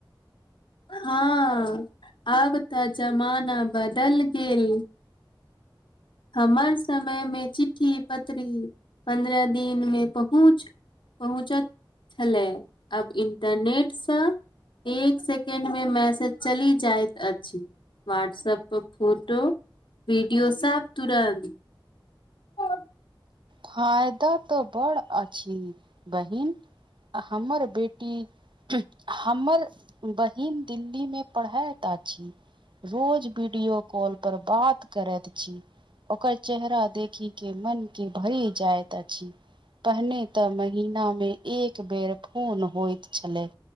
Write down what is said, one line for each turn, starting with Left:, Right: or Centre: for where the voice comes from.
Left: हँ आब तऽ जमाना बदल गेल हमर समय मे चिठ्ठी पत्री पन्द्रह दिन मे पहुँच पहुँचत छलै आब इंटरनेटसँ एक सेकें्ड मे मैसेज चलि जाइत अछि वाट्सप पर फोटो वीडियो साब तुरन्त <inaudible>
Right: फायदा तऽ बड़ अछि बहिन हमर बेटी हमर बहिन दिल्ली मे पढ़यता अछि रोज वीडियो कॉल पर बात करैत छी ओकर चेहरा देखी के मन के भरी जायत अछि पहिने तऽ महिना मे एक बेर फोन होइत छलै